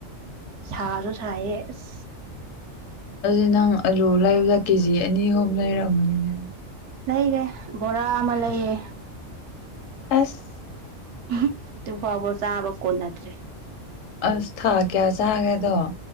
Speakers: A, on the right; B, on the left.
A: ꯁꯥꯁꯨ ꯁꯥꯏꯌꯦ ꯑꯁ
B: ꯑꯗꯨꯗꯤ ꯅꯪ ꯑꯂꯨ ꯂꯩꯕꯗ ꯀꯦ ꯖꯤ ꯑꯅꯤ ꯍꯨꯝ ꯂꯩꯔꯝꯒꯅꯤꯅꯦ?
A: ꯂꯩꯔꯦ ꯕꯣꯔꯥ ꯑꯃ ꯂꯩꯌꯦ꯫
B: ꯑꯁ
A: <unintelligible> ꯗꯨ ꯐꯥꯎꯕ ꯆꯥꯕ ꯀꯣꯟꯅꯗ꯭ꯔꯦ
B: ꯑꯁ ꯊꯥ ꯀ꯭ꯌꯥ ꯆꯥꯒꯦꯗꯣ?